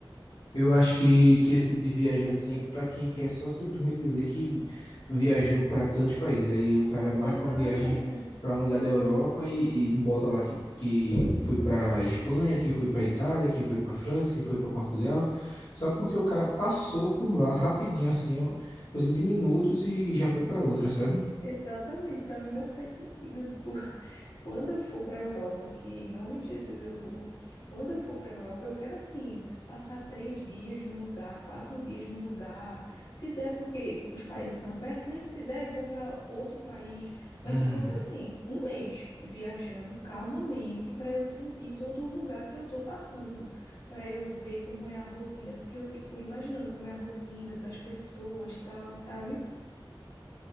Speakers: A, on the left; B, on the left.
A: Eu acho que, que esse tipo de viagem assim é para quem quer só simplesmente dizer que viajou para tantos países. Aí o cara marca
B: Exatamente.
A: uma viagem para um lugar da Europa e, e bota lá que, que foi para Espanha, que foi para Itália, que foi para França, que foi para Portugal, só porque o cara passou por lá rapidinho, assim, ó, coisa de minutos e já foi para outra, sabe?
B: Exatamente, para mim não faz sentido, tipo, <laughs> quando eu for para a Europa, que em nome de Jesus eu vou, quando eu for para a Europa, eu quero assim, passar três dias num lugar, quatro dias num lugar, se der, porque os países são perto, né? Se der, eu vou para outro país, mas
A: Hum,
B: se fosse assim, um mês viajando calmamente para eu sentir todo o lugar que eu tô passando, para eu ver como é a rotina, porque eu fico imaginando como é a rotina das pessoas, tal, sabe?